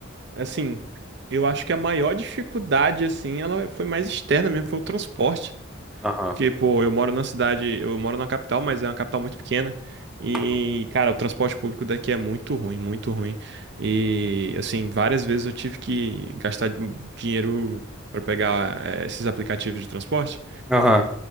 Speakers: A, on the right (about 55°); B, in the centre.
A: Assim, eu acho que a maior dificuldade, assim, ela foi mais externa mesmo, foi o transporte.
B: Aham.
A: Porque, pô, eu moro numa cidade, eu moro na capital, mas é uma capital muito pequena. E,
B: Uhum.
A: cara, o transporte público daqui é muito ruim, muito ruim. E, assim, várias vezes eu tive que gastar di- dinheiro para pegar, eh, esses aplicativos de transporte.
B: Aham.